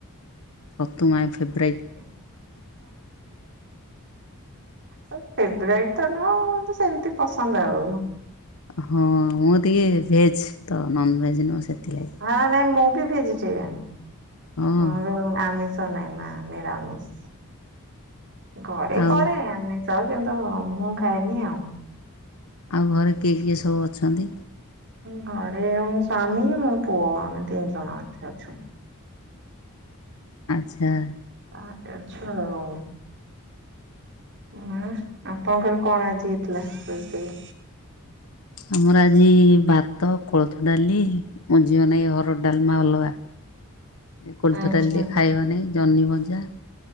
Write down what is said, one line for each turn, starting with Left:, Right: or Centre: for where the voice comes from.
Left: ସତୁ ମାଇ ଫେବରାଇଟ୍।
Right: <unintelligible> ଫେବରାଇଟ ତ ନୁହଁ ସେମତି ପସନ୍ଦ ଆଉ।
Left: ହଁ ମୁଁ ଟିକେ ଭେଜ୍ ତ ନନଭେଜ୍ ନୁହଁ ସେଥିଲାଗି।
Right: ହଁ ନାଇଁ ମୁଁ ବି ଭେଜିଟେରିଆନ୍
Left: ହଁ
Right: ହ ଉ ଆମେ ତ ନାଁ ନା ନିରାମିଷ ଘରେ
Left: ଆଉ
Right: କରେ ଆମିଷ ସ କିନ୍ତୁ ମୁଁ ଖାଏନି ଆଉ।
Left: ଆଉ ଘରେ କିଏ କିଏ ସବୁ ଅଛନ୍ତି?
Right: ଘରେ ମୋ ସ୍ୱାମୀ ମୋ ପୁଅ ଆମେ ତିନି ଜଣ ଅଛୁ।
Left: ଆଚ୍ଛା
Right: ଆ ଅଛ ଆଉ ହଁ ଆପଣଙ୍କର କଣ ଆଜି ଥିଲା ହେଇଥିଲା ରିସେଇ?
Left: ଆମର ଆଜି ଭାତ କୋଳଥ ଡାଲି ମୋ ଝିଅ ନାଗି ହରଡ଼ ଡାଲମା ଅଲଗା। କୋଳଥ
Right: ଆଚ୍ଛା
Left: ଡାଲି ଖାଇବନେଇ। ଜହ୍ନି ଭଜା